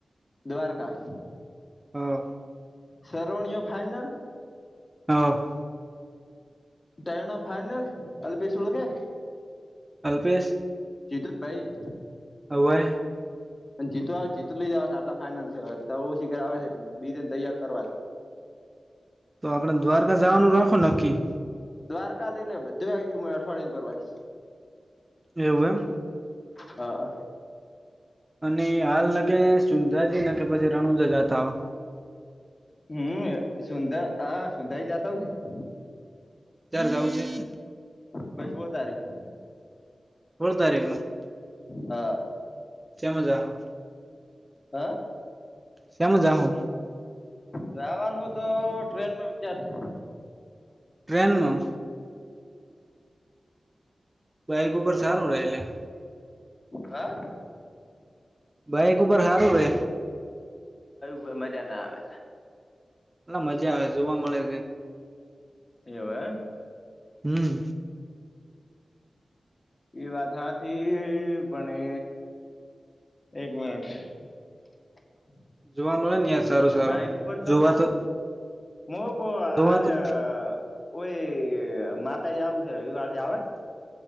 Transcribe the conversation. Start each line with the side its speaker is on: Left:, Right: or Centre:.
Left: દ્વારકા
Right: હા
Left: શરોવણીઓ ફાઈનલ
Right: અ
Left: ત્યાર નું ફાઈનલ અલ્પેશ ઓળખ
Right: અલ્પેશ.
Left: જીતુન ભાઈ.
Right: હોવે
Left: જીત આવે જીત લઈ જવા આટલા ફાાઈનલ છે તો શીખર આવે છે બીજને તૈયાર કરવા
Right: તો આપડ દ્વારકા જવાનું રાખો નક્કી
Left: દ્વારકા દ એટલે બધું આવી ગયું મળ અઠવાડિય પરવાસ
Right: એવું
Left: હા
Right: અને હાલ ન કે સુંદરાજી ન કે પછી રણુજજતાઓ
Left: હમ સુંદા હ સુંદાઈ જતા હ છે.
Right: ત્યારે જવ છ
Left: બસ હો તારીખ ન
Right: <unintelligible>
Left: હા
Right: તે મજા
Left: હા
Right: સમું જાવા
Left: જવાનું તો ટ્રેનમાં વિચાર શે.
Right: ટ્રેનમાં. બાઈક ઉપર સારું રહે લા
Left: હા
Right: બાઈક ઉપર હારું રે
Left: બ મજા ના આવે
Right: એટલા મજા આવે જોવા મળે.
Left: એવુ એમ
Right: હમ
Left: એ વાત હાથી બને એક મિનિટ <inaudible>
Right: જોવા મળે ને ય સારું સારું
Left: બાઈક ઉપર
Right: જોવા તો
Left: <unintelligible>
Right: જોવા તો